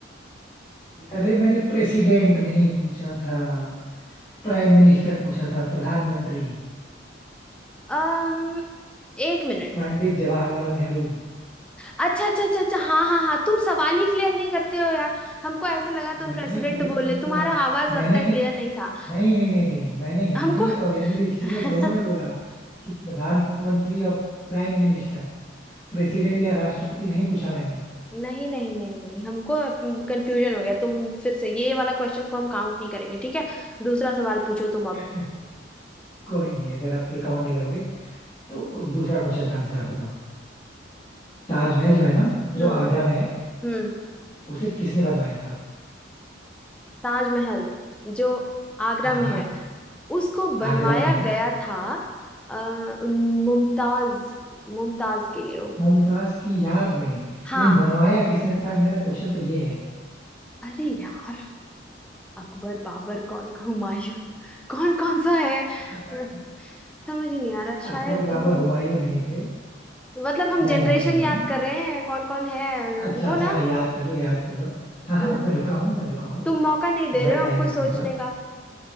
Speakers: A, on the left; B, in the centre.
A: अरे मैंने प्रेसिडेंट नहीं पूछा था प्राइम मिनिस्टर पूछा था प्रधानमंत्री
B: अम्म एक मिनट
A: पंडित जवाहरलाल नेहरू
B: अच्छा अच्छा अच्छा अच्छा हाँ हाँ हाँ तुम सवाल ही क्लियर नहीं करते हो यार हमको ऐसा लगा तुम
A: मैंने
B: प्रेसिडेंट
A: क्लियर
B: बोल
A: किया
B: रहे
A: था
B: तुम्हारा आवाज
A: मैंने
B: लगता है क्लियर नहीं था
A: नहीं नहीं नहीं नहीं मैंने हिंदी
B: हमको
A: और इंग्लिश इसीलिए
B: <laughs>
A: दोनों
B: नहीं
A: में बोला कि प्रधानमंत्री और प्राइम मिनिस्टर प्रेसिडेंट या राष्ट्रपति नहीं पूछा मैंने
B: नहीं नहीं नहीं नहीं हमको कंफ्यूजन हो गया तुम फिर से ये वाला क्वेश्चन को हम काउंट नहीं करेंगे ठीक है दूसरा सवाल पूछो तुम
A: <laughs>
B: अब
A: कोई नहीं अगर आप अकाउंट नहीं करोगे तो दूसरा क्वेश्चन का आंसर आप बताओ ताजमहल जो है ना जो
B: हम्म
A: आगरा में है
B: हम्म
A: उसे किसने बनवाया था
B: ताजमहल जो आगरा
A: हाँ
B: में
A: हाँ
B: है उसको
A: आगरा
B: बनवाया
A: में है
B: गया था अ, मुमताज मुमताज के लिए
A: मुमताज की याद में लेकिन
B: हाँ
A: बनवाया किसने था मेरा क्वेश्चन तो ये है
B: अरे यार अकबर बाबर कौन का हुमायूं कौन कौन सा है
A: <laughs>
B: अ, समझ ही नहीं आ रहा
A: अकबर
B: शायद
A: बाबर
B: हम
A: हुमायूं नहीं थे
B: मतलब हम
A: नहीं
B: जनरेशन
A: नहीं नहीं
B: याद
A: नहीं
B: कर रहे हैं कौन कौन है
A: अच्छा
B: रुको
A: अच्छा
B: ना
A: हाँ, याद कर लो याद कर लो हाँ
B: अ,
A: हाँ मैं रुका हूँ मैं रुका हूँ
B: तुम मौका नहीं
A: पूरा
B: दे रहे हो
A: टाइम
B: हमको
A: है अपने
B: सोचने
A: पास
B: का